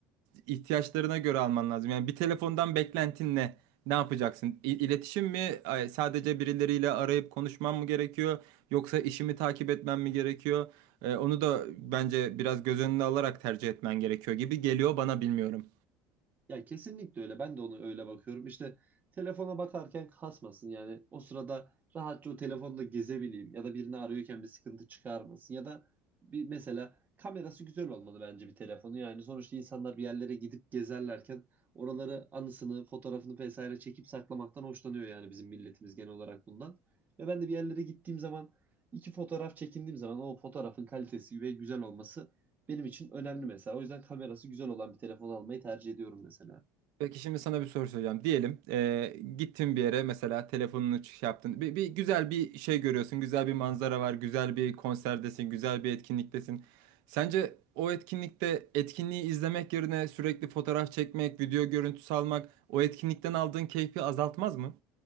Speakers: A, on the right; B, on the right.
A: ihtiyaçlarına göre alman lazım. Yani bir telefondan beklentin ne? Ne yapacaksın? İ- İletişim mi? Ay, Sadece birileriyle arayıp konuşmam mı gerekiyor? Yoksa işimi takip etmem mi gerekiyor? E, onu da bence biraz göz önüne alarak tercih etmen gerekiyor gibi geliyor bana bilmiyorum.
B: Ya kesinlikle öyle. Ben de onu öyle bakıyorum. İşte telefona bakarken kasmasın. Yani o sırada rahatça o telefonda gezebileyim ya da birini arıyorken bir sıkıntı çıkarmasın ya da bir mesela kamerası güzel olmalı bence bir telefonu. Yani sonuçta insanlar bir yerlere gidip gezerlerken oraları anısını, fotoğrafını vesaire çekip saklamaktan hoşlanıyor yani bizim milletimiz genel olarak bundan. Ve ben de bir yerlere gittiğim zaman iki fotoğraf çekindiğim zaman o fotoğrafın kalitesi ve güzel olması benim için önemli mesela. O yüzden kamerası güzel olan bir telefon almayı tercih ediyorum mesela.
A: Peki şimdi sana bir soru soracağım. Diyelim eee gittin bir yere mesela telefonunu şey yaptın. Bir, bir güzel bir şey görüyorsun. Güzel bir manzara var. Güzel bir konserdesin. Güzel bir etkinliktesin. Sence o etkinlikte etkinliği izlemek yerine sürekli fotoğraf çekmek, video görüntüsü almak o etkinlikten aldığın keyfi azaltmaz mı?